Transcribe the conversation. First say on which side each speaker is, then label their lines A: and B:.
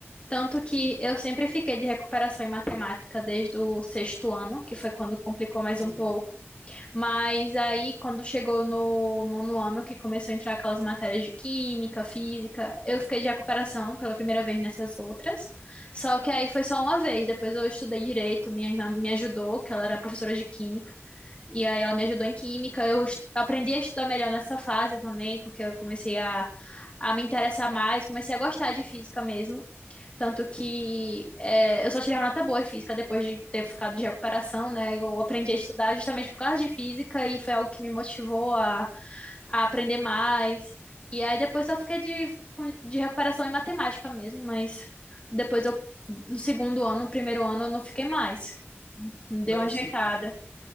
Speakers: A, on the left; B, on the left.
A: Tanto que eu sempre fiquei de recuperação em matemática desde o sexto ano, que foi quando complicou mais
B: Uhum.
A: um pouco. Mas aí, quando chegou no nono ano, que começou a entrar aquelas matérias de química, física, eu fiquei de recuperação pela primeira vez nessas outras. Só que aí foi só uma vez. Depois eu estudei direito, minha irmã me ajudou, que ela era professora de química. E aí ela me ajudou em química. Eu estu- aprendi a estudar melhor nessa fase também, porque eu comecei a, a me interessar mais, comecei a gostar de física mesmo. Tanto que é, eu só tirei uma nota boa em física depois de ter ficado de recuperação, né? Eu aprendi a estudar justamente por causa de física e foi algo que me motivou a, a aprender mais. E aí depois só fiquei de, com- de recuperação em matemática mesmo, mas depois eu, no segundo ano, no primeiro ano, eu não fiquei mais. Dei
B: Não,
A: uma ajeitada.
B: sim.